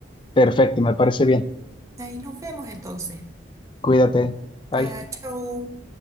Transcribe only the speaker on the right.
Ahí nos vemos entonces.
Ya, chao.